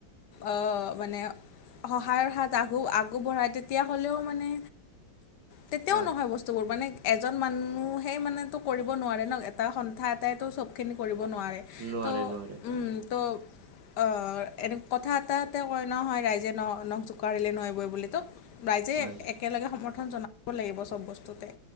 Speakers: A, on the left (about 65°); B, on the right (about 80°).
A: অ', মানে সহায়ৰ হাত আগ আগববঢ়ায় তেতিয়া হ'লেও মানে তেতিয়াও
B: হয়
A: নহয় বস্তুবোৰ মানে এজন মানুহেই মানেতো কৰিব নোৱাৰে ন, এটা সন্থা এটাইতো চবখিনি কৰিব নোৱাৰে।
B: নোৱাৰে
A: ত
B: নোৱাৰে
A: উম, ত অ' এনে কথা এটাতে কয় নহয়, ৰাইজে ন নখ জোকাৰিলে ন বই বুলি ত ৰাইজে
B: হয়
A: একেলগে সমৰ্থন জনাব লাগিব চব বস্তুতে।